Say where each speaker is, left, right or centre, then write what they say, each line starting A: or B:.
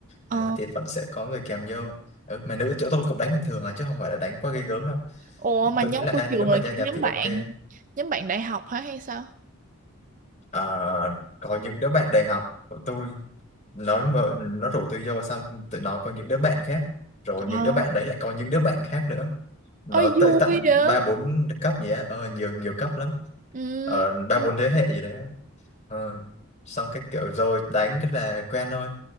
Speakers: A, on the right; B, on the left.
A: ờ
B: Đấy, thì vẫn sẽ có người kèm vô. Ừ, mà nữ chỗ tôi cũng đánh bình thường à, chứ không phải là đánh quá ghê gớm đâu.
A: ủa mà
B: Tôi
A: nhóm
B: nghĩ là
A: của
B: anh
A: trường
B: nếu mà
A: là
B: gia
A: kiểu
B: nhập
A: nhóm
B: thì ok.
A: bạn nhóm bạn đại học hả hay sao
B: À, có những đứa bạn đại học của tôi, nói mà, nó rủ tôi vô xong, tụi nó có những đứa bạn khác. Rồi những
A: ờ
B: đứa bạn đấy lại có những đứa bạn khác nữa nó
A: ơi vui
B: tới tận
A: vậy
B: ba bốn cấp gì á ờ, nhiều nhiều cấp lắm
A: ừ
B: ờ ba
A: ừ.
B: bốn thế hệ gì đấy á. ờ, xong cái kiểu rồi đánh cái là quen thôi